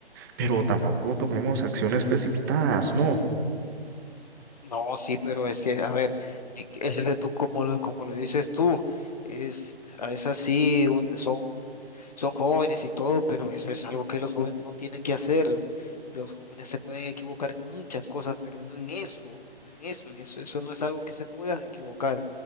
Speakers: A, on the right; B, on the left.
A: pero tampoco tomemos acciones precipitadas, ¿no?
B: No, sí, pero es que, a ver, e- es que tú, como lo, como lo dices tú, es, es así, u- son, son jóvenes y todo, pero eso es algo que los jóvenes no tienen que hacer. Los jóvenes se pueden equivocar en muchas cosas, pero no en eso, no en eso, en eso, eso no es algo que se puedan equivocar.